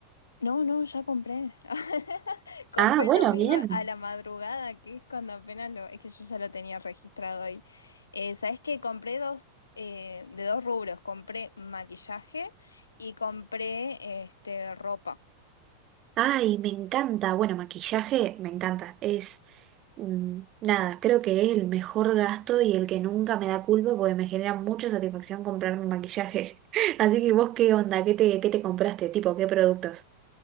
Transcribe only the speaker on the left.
No, no, ya compré. <laughs> Compré
el domingo
a la madrugada, que es cuando apenas lo... Es que yo ya lo tenía registrado ahí. Eh, ¿sabes qué? Compré dos, eh, de dos rubros. Compré maquillaje y compré este, ropa.